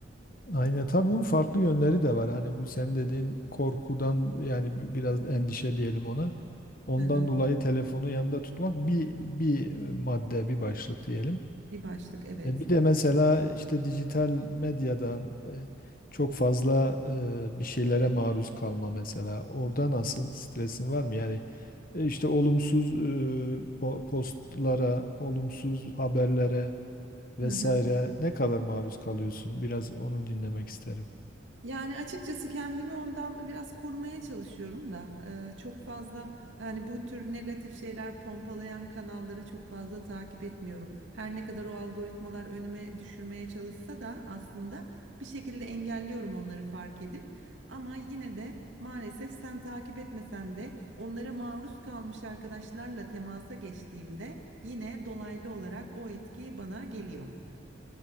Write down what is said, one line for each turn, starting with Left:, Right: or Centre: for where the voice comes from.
Left: Aynen tabii bunun farklı yönleri de var. Hani bu senin dediğin korkudan yani bi- biraz endişe diyelim ona. Ondan
Right: Hı hı.
Left: dolayı telefonu yanında tutmak bir bir e, madde, bir başlık diyelim.
Right: Bir başlık evet.
Left: E bir de mesela işte dijital medyadan e, çok fazla e, bir şeylere maruz kalma mesela. Orada nasıl stresin var mı? Yani e, işte olumsuz e, po- postlara, olumsuz haberlere vesaire
Right: Hı hı.
Left: ne kadar maruz kalıyorsun? Biraz onu dinlemek isterim.
Right: Yani açıkçası kendimi ondan biraz korumaya çalışıyorum da eee, çok fazla yani bu tür negatif şeyler pompalayan kanalları çok fazla takip etmiyorum. Her ne kadar o algoritmalar önüme düşürmeye çalışsa da aslında bir şekilde engelliyorum onları fark edip ama yine de maalesef sen takip etmesen de onlara maruz kalmış arkadaşlarla temasa geçtiğimde yine dolaylı olarak o etki bana geliyor.